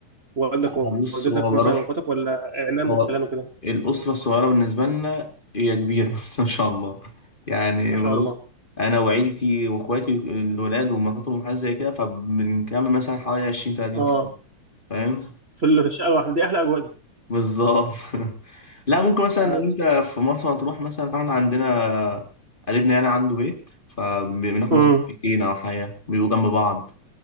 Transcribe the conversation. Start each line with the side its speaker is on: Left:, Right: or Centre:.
Right: ووالدك
Left: أنا بص
Right: ووالدتك
Left: هو
Right: مثلا
Left: بروح
Right: واخواتك ولا عمام
Left: هو
Right: وخلان وكده
Left: الأسرة الصغيرة بالنسبة لنا هي كبيرة <laughs> بس ما شاء الله يعني
Right: ما
Left: بروح
Right: شاء الله
Left: أنا وعيلتي وإخواتي الولاد ومراتهم وحاجات زي كده فبنكمل مثلا حوالي عشرين تلاتين
Right: اه
Left: فيلم فاهم
Right: في ال- في الشقه الواحده دي احلى اجواء دي
Left: بالظبط <laughs> لا ممكن مثلا
Right: اه
Left: لو
Right: بت-
Left: أنت في مرسى مطروح مثلا فإحنا عندنا قريبنا يعني عنده بيت فبناخد
Right: مم.
Left: مثلا بيتين أو حاجة بيبقوا جنب بعض